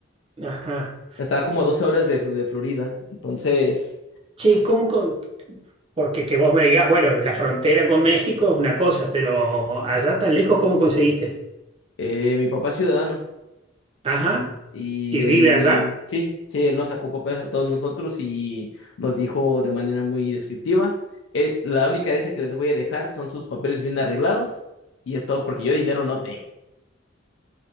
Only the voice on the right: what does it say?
Ajá.
Che, ¿y ¿cómo co- Porque que vos me digas, bueno, la frontera con México es una cosa, pero allá tan lejos, ¿cómo conseguiste?
Ajá,
y vive
allá,